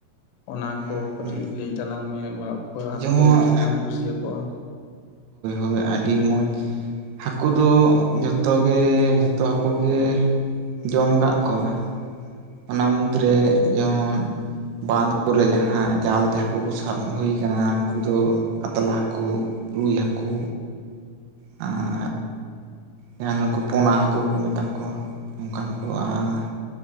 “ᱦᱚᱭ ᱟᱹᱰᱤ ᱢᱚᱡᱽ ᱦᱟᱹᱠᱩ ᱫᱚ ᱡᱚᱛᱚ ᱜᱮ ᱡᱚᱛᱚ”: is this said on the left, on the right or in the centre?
Right